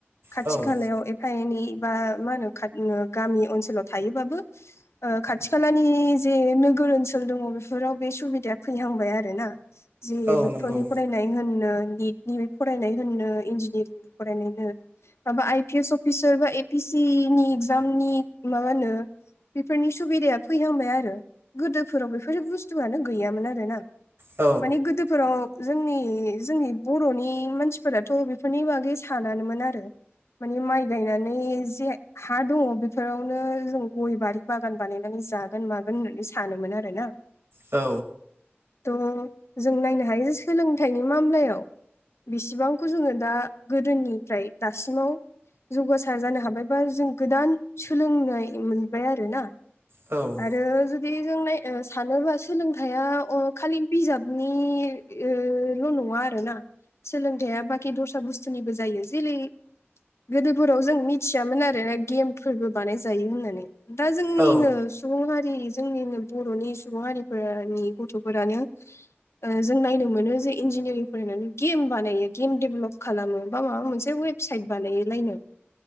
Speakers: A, on the left; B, on the right.
A: खाथि
B: औ
A: खालायाव एब खायनि बा मा होनो खाथ नो‌ गामि ओनसोलाव थायोबाबो ओ खाथि खालानि जे नोगोर ओनसोल दङ बेफोराव बे सुबिदाया फैहांबाय आरो ना। जि
B: औ
A: डक्टरनि
B: नंगौ
A: फराय नाय होननो निदनि फरायनाय होननो इनजिनिर फरायनो माबा आइ पि एस अफ बिसोरबा एपि सि नि इगजामनि माबा होनो बेफोरनि सुबिदाया फैहांबाय आरो गोदोफोराव बेफोर बुस्थुआनो गैयामोन आरो ना।
B: औ
A: माने गोदो फोराव जोंनि जोंनि बर'नि मानसिफोराथ' बेफोरनि बागै सानानोमोन आरो। माने माइ गायनानै जे हा दङ बेफोरावनो जों गय बारि बागान बानायनानै जागोन मागोन होननानै सानोमोन आरो ना।
B: औ
A: थ' जों नायनो हायो जे सोलोंथाइनि मामलायाव बिसिबांखौ जोङो दा गोदोनिफ्राय दासिमाव जौगासार जानो हाबायबा जों गोदान सोलोंनाय मोनबाय आरो ना।
B: औ।
A: आरो जुदि जों नाय ओ सानोबा सोलोंथाया अ' खालि बिजाबनि ओ ल' नङा आरो ना। सोलोंथाया बाखि दस्रा बुस्थुनिबो जायो। जेलै गोदोफोराव जों मिथियामोन आरोना गेमफोरबो बानायजायो होननानै दा जोंनिनो
B: औ
A: सुबुं हारि जोंनिनो बर'नि सुबुं हारिफोरनि गथ'फोरानो ओ जों नायनो मोनो जे इन्जिनियारिं फरायनानै गेम बानायो गेम देबलप खालामो बा माबा मोनसे वेबसाइट बानायो लायनो।